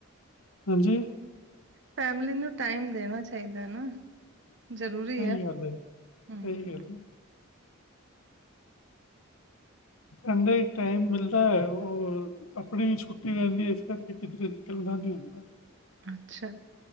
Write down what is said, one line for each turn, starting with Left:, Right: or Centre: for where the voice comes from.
Left: ਹਾਂਜੀ?
Right: ਫੈਮਲੀ ਨੂੰ ਟਾਈਮ ਦੇਣਾ ਚਾਈਦੈ ਨਾ। ਜਰੂਰੀ
Left: ਸਹੀ
Right: ਐ,
Left: ਗੱਲ ਹੈ, ਸਹੀ
Right: ਹੂੰ।
Left: ਗੱਲ ਹੈ। ਸੰਡੇ ਇਕ ਟਾਈਮ ਮਿਲਦਾ ਐ ਓ ਅਪਣੀ, ਛੁੱਟੀ ਰੈਂਦੀ ਏ ਇੱਸ ਕਰਕੇ ਕਿਦਰੇ ਨਿਕਲਨਾ ਨੀ ਹੋਂਦਾ।
Right: ਅੱਛਾ-ਅੱਛਾ,